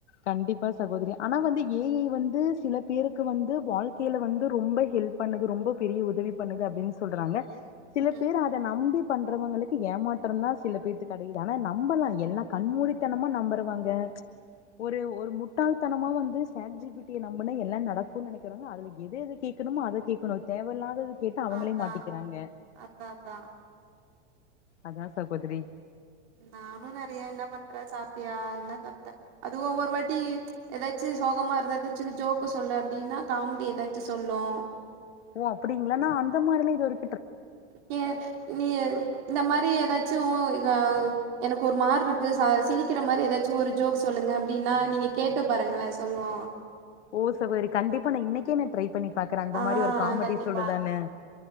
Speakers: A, on the left; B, on the right.
A: கண்டிப்பா சகோதரி ஆனா வந்து ஏ ஐ வந்து சில பேருக்கு வந்து வாழ் வந்து ரொம்ப ஹெல்ப் பண்ணுது ரொம்ப பெரிய உதவி பண்ணுது அப்டின்னு சொல்றாங்க சில
B: ம்
A: பேர் அத நம்பி பண்றவங்களுக்கு ஏமாற்றம் தா சில பேத்துக்கு கெடைக்குது ஆனா நம்பலா எல்லா கண்மூழித்தனமா நம்பறவங்க ஒரு ஒரு முட்டாள்தனமா வந்து சேட் ஜி பி டி ய நம்பனா எல்லா நடக்கூ நெனைக்கிறவங்க அதுல எது எது கேட்கணுமோ அத கேட்கணு தேவையில்லாதது கேட்டு அவுங்களே
B: அதா
A: மாட்டிக்கிறாங்க
B: அதா அதா
A: அதான் சகோதரி
B: நானும் நறைய என்ன பண்றே சாப்பியா என்ன சாப்டே அதுவு ஒவ்வொரு வாட்டி ஏதாச்சி சோகமா இருற ஏதாச்சு ஜோக்கு சொல்ல அப்டின்னா காமெடி ஏதாச்சு சொல்லு
A: ஓ அப்டிங்களா நா அந்த மாரிலா இதுவரை
B: நீ நீ இந்த மாரி ஏதாச்சு நா எனக்கு ஒரு மாரி இருக்கு சிரிக்கிற மாரி ஏதாச்சும் ஒரு ஜோக் சொல்லுங்க அப்டின்னா நீங்க கேட்டு பாருங்கலே சொல்லு
A: ஓ சகோதரி கண்டிப்பா நா இனைக்கே நா ட்ரை பண்ணி பாக்குறே அந்த
B: ஆ
A: மாரி ஒரு
B: ஆ
A: காமெடி
B: கண்டிப்பா
A: சொல்லுதான்னு